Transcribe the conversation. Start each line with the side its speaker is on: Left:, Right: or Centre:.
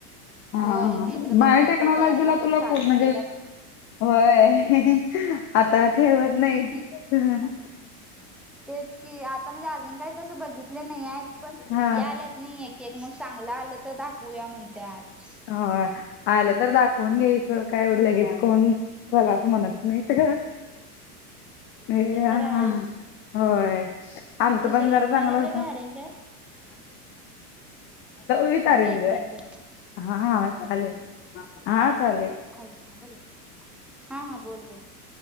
Left: हा
Centre: होय नाहीतर आता
Left: बायोटेक्नॉलॉजीला
Centre: घरातले बघायला पण
Left: तुला
Centre: चालू
Left: पूर्ण.
Centre: केल्यात
Left: होय आता ठेवतं
Centre: हम्म
Left: नायतं.
Centre: तेचं कि आता म्हणजे अजून काही तसं बघितले नाही. आहेत. पण
Left: हा
Centre: या आल्यात नाही. ते मग चांगलं आलं तर दाखवूया म्हणतातं.
Left: हो आलं तर दाखवून घ्यायचं काय एवढं लगेच कोण चला म्हणतं. नाही <inaudible> तर नाही
Centre: ते
Left: गं
Centre: तर आहेच
Left: होय आमचं
Centre: मग तुझं
Left: पण
Centre: लव्ह
Left: जरा चांगलं
Centre: मॅरेज
Left: होतं.
Centre: आहे का अरेंज आहे
Left: विथ
Centre: थांब
Left: अरेंज.
Centre: एक मिनिट
Left: हा हा चालेलं हा चालेलं.
Centre: ऐकतं थांब हा हा बोल बोल.